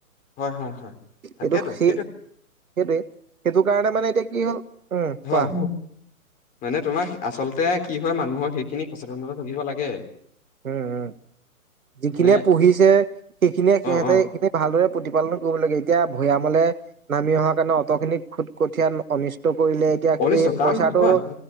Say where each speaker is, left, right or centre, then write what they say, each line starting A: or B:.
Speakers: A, on the left; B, on the right.
A: হয়, হয়, হয়। তাকেতো
B: এইটো সেই
A: সেইটো
B: সেইটোৱে সেইটো কাৰণে মানে এতিয়া কি হ'ল উম কোৱা
A: হয় মানে তোমাৰ আচলতে কি হয় মানুহৰ খিনি সচেতনতা থাকিব লাগে।
B: উম, উম। যিখিনিয়ে
A: মানে
B: পঢ়িছে সেইখিনিয়ে সিহঁতে
A: অ অ
B: এইখিনি ভালদৰে প্ৰতিপালন কৰিব লাগে এতিয়া ভৈয়ামলে নামি অহাৰ কাৰণে অট খিনি খুট কঠীয়া অনিষ্ট কৰিলে এতিয়া
A: কৰিছো
B: সেই
A: কাৰণ
B: পইচাটো
A: নহয়